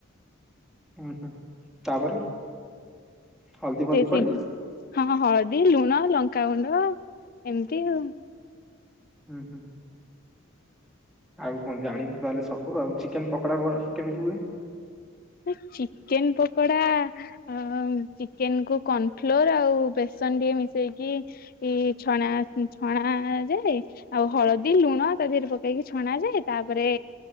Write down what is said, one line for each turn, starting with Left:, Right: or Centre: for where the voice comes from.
Centre: ଓହୋ ତାପରେ? ହଳଦୀ
Left: ସେ
Centre: ଫଳଦୀ
Left: ସେଇ
Centre: ପଡେ?
Left: ହଁ ହଳଦୀ, ଲୁଣ, ଲଙ୍କାଗୁଣ୍ଡ ଏମିତି ଆଉ।
Centre: ହୁଁ, ହୁଁ। ଆଉ କଣ ଜାଣିଛୁ ତାହେଲେ ସବୁ ଆଉ ଚିକେନ୍ ପକୋଡା କହୁନ କେମିତି ହୁଏ?
Left: ଏ ଚିକେନ୍ ପକୋଡା ଅ ଚିକେନ କୁ କନ୍ ଫ୍ଲୋର ଆଉ ବେସନ ଟିକେ ମିଶେଇକି ଏଇ ଛଣା ଛଣା ଯାଏ। ଆଉ ହଳଦୀ, ଲୁଣ ତା ଦେହରେ ପକେଇକି ଛଣା ଯାଏ ତାପରେ